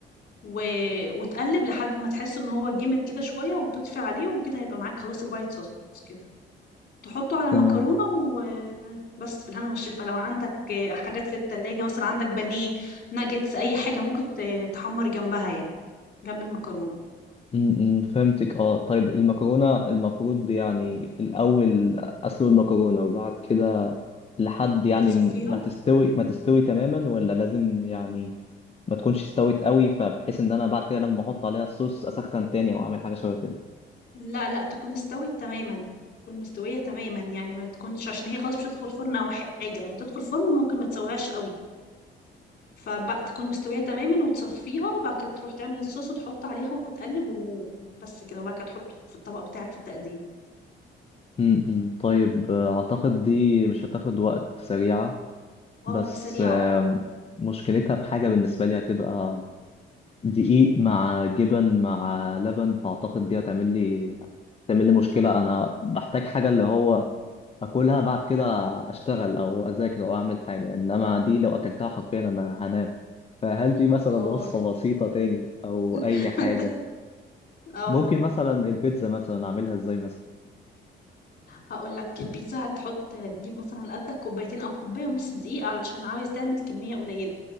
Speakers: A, on the left; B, on the left.
A: و... وتقلب لحد ما تحس إن هو جمد كده شوية وتطفي عليه وكده هيبقى معاك خلاص الوايت صوص كده تحطه على المكرونة
B: تمام
A: وبس بالهنا والشفا لو عندك حاجات في التلاجة مثلا عندك بانيه ناجتس أي حاجة ممكن ت- تحمر جنبها يعني جنب المكرونة
B: م- م، فهمتك اه طيب المكرونه المفروض يعني الاول اسلق المكرونه وبعد كده لحد يعني
A: بتصفيها
B: ما تستوي ما تستوي تماما ولا لازم يعني ما تكونش استوت قوي فبحيث ان انا بعد كده لما احط عليها الصوص اسخن تاني او اعمل حاجه شبه كده
A: لا لا تكون استوت تماما تكون مستوية تماما يعني ما تكونش عشان هي خلاص مش هتدخل فرن او حاجة لو هتدخل فرن ممكن ما تسويهاش قوي فبقى تكون مستوية تماما وتصفيها وبعد كده تروح تعمل الصوص وتحط عليها وتقلب وبس كده وبعد كده تحطه في الطبق بتاعك في التقديم
B: م- م، طيب آه، اعتقد دي مش هتاخد وقت سريعه
A: اه
B: بس
A: دي سريعة
B: آه،
A: اه
B: مشكلتها في حاجه بالنسبه لي هتبقى دقيق مع جبن مع لبن فأعتقد دي هتعمل لي تعمل لي مشكلة أنا بحتاج حاجة اللي هو أكلها بعد كده أشتغل أو أذاكر أو أعمل حاجة إنما دي لو أكلتها حرفيا أنا هنام فهل في مثلا
A: اه
B: وصفة بسيطة تاني أو أي
A: <laughs>
B: حاجة
A: انت اه
B: ممكن مثلا البيتزا مثلا أعملها إزاي مثلا
A: هقول لك البيتزا هتحط تجيب مثلا قدك كوبايتين او كوبايه ونص دقيق علشان عايز تعمل كميه قليله